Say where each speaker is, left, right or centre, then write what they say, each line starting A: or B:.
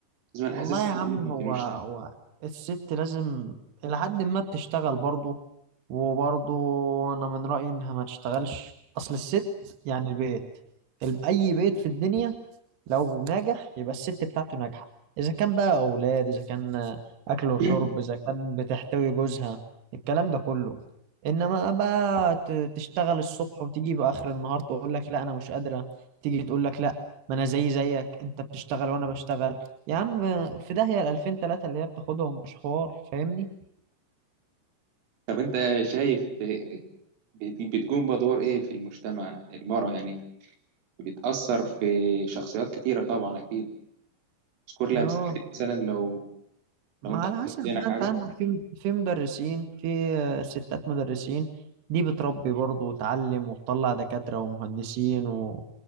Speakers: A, on the right; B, on the right.
A: لازم أنا
B: والله
A: حاسسهم
B: يا عم
A: بيهم
B: هو
A: في المجتمع
B: هو الست لازم إلى حد ما بتشتغل برضه وبرضه أنا من رأيي إنها ما تشتغلش أصل الست يعني البيت ال- أي بيت في الدنيا لو ناجح يبقى الست بتاعته ناجحة إذا كان بقى أولاد إذا كان أكل وشرب
A: <clears throat>
B: إذا كان بتحتوي جوزها الكلام ده كله إنما بقى ت- تشتغل الصبح وتيجي بآخر النهار تقول لك لا أنا مش قادرة تيجي تقول لك لا ما أنا زي زيك أنت بتشتغل وأنا بشتغل يا عم في داهية ال 2000 3 اللي هي بتاخدهم مش حوار فاهمني
A: طب أنت شايف آه، بت- بتقوم بدور إيه في المجتمع المرأة يعني بتأثر في شخصيات كتيرة طبعا أكيد اذكر لي
B: اه
A: أمثلة كده مثلا لو
B: ما
A: لو أنت حطيت
B: على حسب
A: في
B: بقى
A: عينك حاجة
B: انت عندك في في مدرسين في آه، ستات مدرسين دي بتربي برضه وتعلم وتطلع دكاترة ومهندسين و...